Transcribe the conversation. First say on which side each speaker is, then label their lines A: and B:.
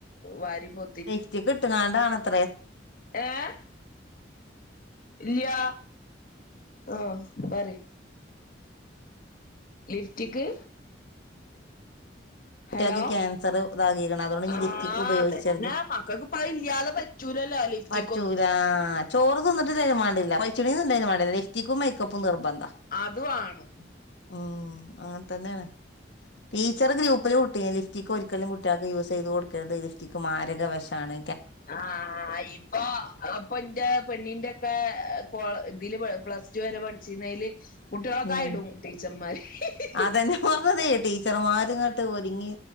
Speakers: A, on the left; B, on the left.
A: വാരി പോ
B: ലിഫ്റ്റിക്ക് ഇട്ട്ങ്ങാണ്ടാണത്ര
A: ഏ ഇല്ല്യാ ആ പറയ് ലിഫറ്റിക്ക്
B: കുട്ട്യാക്ക്
A: ഹലോ
B: ക്യാൻസർ ഇതാകീക്ക്ന് അതുകൊണ്ട് ഇൻഞ്ഞ്
A: ആഹ്
B: ലിഫ്റ്റിക്ക് ഉപയോഗിച്ചരുത്
A: അതന്നെ മക്കൾക്ക് ഇപ്പ ഇല്ലാതെ പറ്റൂലല്ലോ ലിഫ്റ്റിക്ക്
B: പറ്റൂലാ
A: ഒന്നും
B: ചോറ് തിന്നി്ട്ടില്ലങ്കിലുംമാണ്ടില്ല പൈച്ചിണീന് തിന്നില്ലങ്കിലും മാണ്ടില്ലലിഫ്റ്റിക്കും മേക്കപ്പും നിർബന്ധ-
A: അത് വേണം
B: ഉം അങ്ങനെ തന്നെയാണ് ടീച്ചർ ഗ്രൂപ്പ ഹെ ലിപ്റ്റിക് ഒരിക്കലും കുട്ടികൾക്ക് യൂസ് ചെയ്ത് കൊടുക്കരുത് ലിപ്റ്റിക് മാരക വെ ഷാണ്
A: ആ് ഹ്, ഇപ്പൊ അത ഇപ്പൊ ഇന്റെ പെണ്ണിന്റെ ഒക്കെ കെ ഇതില് പ്ലസ് ടു വരെ പഠിച്ചിരുന്നതില് കുട്ടികളൊക്കെ
B: ഉം
A: ആയിടും ടീച്ചർമാര് ഹി ഹി
B: അതന്നെ പറഞ്ഞതേ ടീച്ചർമാരിങ്ങോട്ട് ഒരുങ്ങി